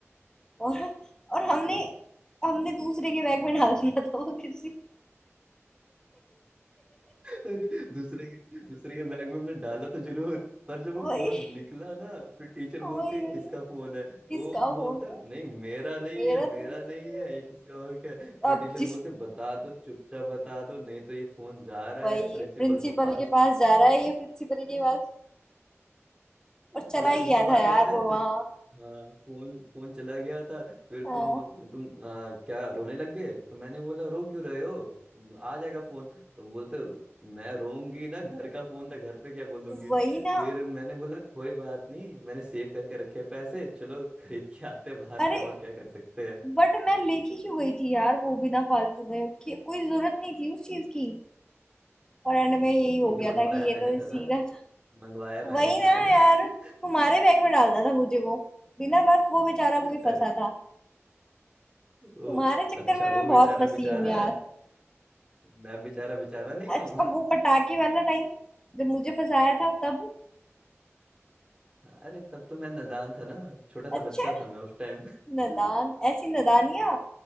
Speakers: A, on the left (about 15°); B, on the right (about 20°).
A: और और हमने
B: तो
A: हमने दूसरे के बैग
B: हम्म,
A: में डाल दिया था वो किसी
B: अरे दूसरे के दूसरे के बैग में हमने डाला तो जरूर पर जब वो
A: वही
B: फोन निकला ना फिर टीचर बोलती
A: वही
B: है किसका
A: वही
B: फोन है
A: किसका
B: वो बोलता
A: फोन
B: है,
A: है
B: नहीं मेरा नहीं
A: मेरा
B: है मेरा
A: तो नहीं है
B: नहीं है
A: मेरा-
B: ये किसी और का है फिर
A: अब
B: टीचर
A: जिस
B: बोलते बता दो चुपचाप बता दो नहीं तो ये फोन जा रहा
A: वही
B: है प्रिंसिपल
A: प्रिंसिपल
B: को पास
A: के पास जा रहा है ये प्रिंसिपल के पास और चला
B: फिर
A: ही
B: वो
A: गया
B: बात
A: था यार
B: याद है
A: वो
B: जब
A: वहां
B: हाँ फोन फोन चला गया था फिर
A: हाँ,
B: तुम बोल तुम आ, क्या रोने लग गए तो मैंने बोला रो क्यों रहे हो आ जाएगा फोन तुम बोलते हो, "रो- मैं रोऊंगी ना घर का फोन था घर पे क्या बोलूंगी
A: वही ना
B: फिर मैंने बोला कोई बात नहीं मैंने सेव करके रखे पैसे चलो खरीद के आते हैं बाहर
A: अरे
B: से और क्या कर सकते हैं
A: बट मैं लेके क्यों गई थी यार वो भी ना फालतू में कि कोई जरूरत नहीं थी उस चीज की और एंड में यही हो
B: क्योंकि
A: गया
B: मंगवाया
A: था कि
B: मैंने
A: ये तो
B: था
A: इसी
B: ना
A: का
B: मंगवाया मैंने
A: वही ना
B: था ना
A: यार
B: <laughs>
A: तुम्हारे बैग में डालना था मुझे वो बिना बात वो बेचारा कोई
B: अरे,
A: फंसा था
B: वो
A: तुम्हारे चक्कर
B: अच्छा
A: में
B: वो
A: मैं बहुत
B: बेचारा
A: फंसी
B: बेचारा
A: हूँ यार
B: है, मैं बेचारा बेचारा नहीं हूँ
A: अच्छा वो पटाखे वाला टाइम जब मुझे फंसाया था तब
B: अरे तब तो मैं नादान था ना छोटा सा
A: अच्छा
B: बच्चा था मैं उस टाइम
A: नादान
B: <laughs>
A: ऐसी नादानियां